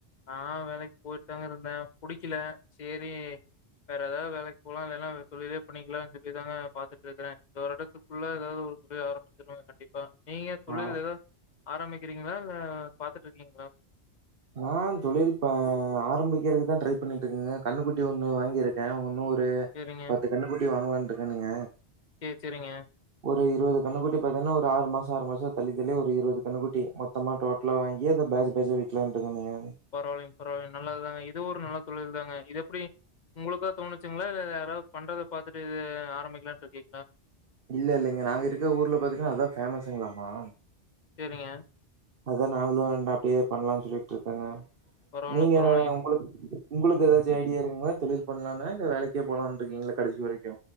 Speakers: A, on the left (about 45°); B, on the right (about 55°).
A: நா வேலைக் போயிட்தாங்க இருந்தே புடிக்கில சேரி வேற ஏதாது வேலக் போலா இல்லேனா தொழிலே பண்ணிக்லா <unintelligible> தாங்க பாத்துட்ருக்குறே இந்த ஒரு எடத்துக்குள்ள ஏதாது ஒரு தொழில ஆரம்பிச்சிருவங்க கண்டிப்பா நீங்க தொழில்
B: ஆ
A: எதா ஆரம்பிக்கிறீங்ளா இல்ல பாத்துட்டுருக்கீங்ளா
B: நா தொழில் ப ஆரம்பிக்கிறதுக்கு தா ட்ரை பண்ணிட்ருக்கங்க கண்ணுக்குட்டி ஒண்ணு வாங்கியிருக்கே இன்னு ஒரு
A: செரிங்க
B: கன்னுக்குட்டி வாங்கலான்ருக்கனுங்க
A: சேர் செரிங்க
B: ஒரு இருவது கண்ணுக்குட்டி பாத்தீங்னா ஒரு ஆறு மாசொ ஆறு மாசொ தள்ளிதள்ளி ஒரு இருவது கன்னுகுட்டி மொத்தமா டோட் டலா வாங்கி அத பேஜ் பேஜா விக்கலான்ட்டு இருக்கனுங்க
A: பரவாலங்க பரவாயில்லங்க நல்லதுதாங்க இது ஒரு நல்ல தொழில் தாங்க இது எப்டி ஒங்களுக்கா தோணுச்சுங்ளா இல்ல யாராது பண்றத பாத்துட்டு இது ஆரம்பிக்லானு இருக்கீங்ளா
B: இல்ல இல்லிங்க நாங்க இருக்க ஊர்ல பாத்தீங்ன்னா அதா ஃபேமஸுங்களாமா
A: சேரிங்க
B: அதா நாங்களு அப்டியே பண்லானு சொல்லிட்டு இருக்கேங்க
A: பரவால்ல
B: நீங்க
A: பரவால்லைங்க.
B: ஒங்களுக் உங்களுக்கு ஏதாச்சு ஐடியா இருக்குங்ளா தொழில் பண்ணலான்னு இல்ல வேலக்கே போலான்ட்ருக்கீங்ளா கடைசி வரைக்கு